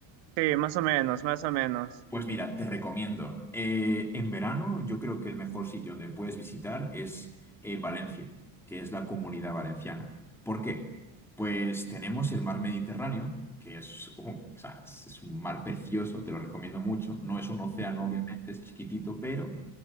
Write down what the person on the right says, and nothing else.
Sí, más o menos, más o menos.
Mm,